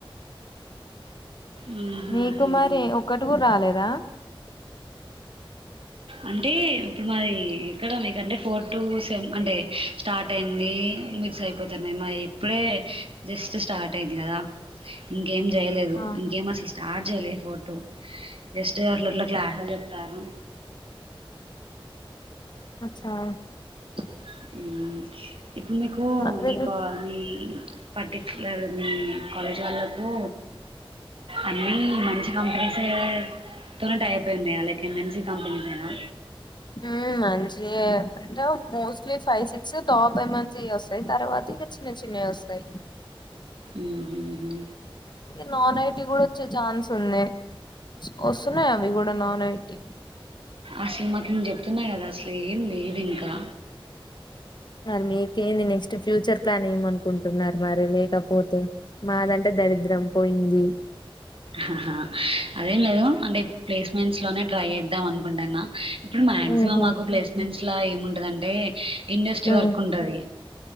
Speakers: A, on the right; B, on the left.
A: మ్మ్, మ్మ్,
B: మీకు మరి
A: మ్మ్.
B: ఒక్కటి కూడా రాలేదా
A: అంటే ఇప్పుడు మాది ఎక్కడ మీకంటే ఫోర్ టు సేమ్ అంటే స్టార్ట్ అయింది మిడ్స్ అయి పోతున్నాయి మయి ఇప్పుడే జస్ట్ స్టార్ట్ అయింది కదా ఎమ్ చేయలేదు
B: ఆహా
A: ఇంకేం అసలు స్టార్ట్ జేయలే ఫోర్ టూ జస్ట్ అట్ల ఇట్ల క్లాస్లు చెప్తర్రూ
B: అచ్చా
A: అ ఇప్పుడు మీకు
B: అదే
A: మీకు అది పర్టి లేదు హ్మ్ కాలేజీ వాళ్ళకు అన్నీ మంచి కంపెనీసే తొ టై అప్ ఉన్నాయి అల్లకి మంచి కంపెనీ ఆ
B: హ్మ్ మంచేయే అంటే mostly five six top M N C యోస్తాయి తర్వాత ఇక చిన్న చిన్నయి వస్తాయి
A: ఉహు హు
B: ఆది నాన్ ఐటీ కూడా వచ్చే ఛాన్స్ ఉంది వస్తున్నాయి అవి కూడా నాన్ ఐటి
A: అసమత్ నేను చెప్తున్నా కదా అసలు ఏం లేదు దీనికా
B: మరి మీకేంది నెక్స్ట్ ఫ్యూచర్ ప్లాన్ ఏమనుకుంటున్నారు మరి లేకపోతే మాదంటే దరిద్రం పోయింది.
A: హా హా అదేం లేదు అంటే ప్లేస్ మెంట్స్ లోనే ట్రై చేద్దాం అని ఉండన్న ఇప్పుడు మాక్సిమమ్
B: ఉహు
A: మాకు ప్లేస్మెంట్స్ లా ఏము ఉంటదంటే ఇండస్ట్రీ
B: ఉమ్
A: వర్క్ ఉంటది